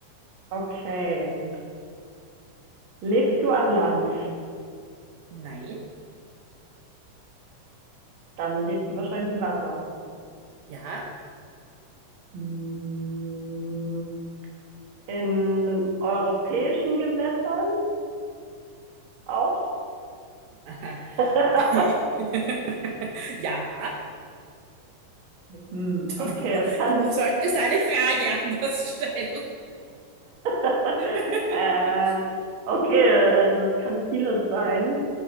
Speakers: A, on the right; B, on the right.
A: Okay. Lebst du an Land?
B: Nein,
A: Dann lebst du wahrscheinlich im Wasser.
B: ja.
A: Hm. In europäischen Gewässern auch?
B: Aha.
A: <laughs>
B: <laughs> Ja,
A: Hm, okay,
B: du,
A: es kann.
B: du solltest eine Frage anders stellen.
A: <laughs>
B: <laughs>
A: äh, okay, also es kann vieles sein.